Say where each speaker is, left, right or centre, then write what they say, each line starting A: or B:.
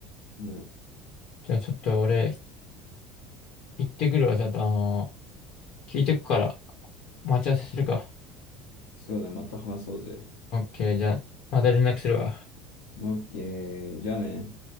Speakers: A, on the left; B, on the left.
A: うん。
B: じゃあ、ちょっと俺、行ってくるわ。ちょっと、あのー聞いてくから、待ち合わせするか。
A: そうだ、また話そうぜ。
B: オッケー、じゃあ、また連絡するわ。
A: オッケー、じゃあね。